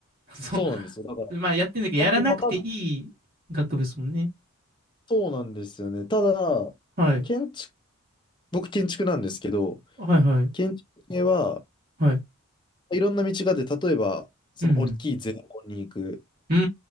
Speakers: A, on the right (about 40°); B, on the left (about 20°).
A: <laughs> そ
B: そうなんですよ。だから、
A: う。まあ、やってんだけど、
B: あんまり分かっ
A: やらなくていい学部ですもんね。
B: そうなんですよね。ただ、
A: はい。
B: 建築、僕建築なんですけど、
A: はいはい。
B: 建築系は、
A: はい。
B: いろんな道があって、例えば、その大きいゼネコンに行く
A: うん。うん。う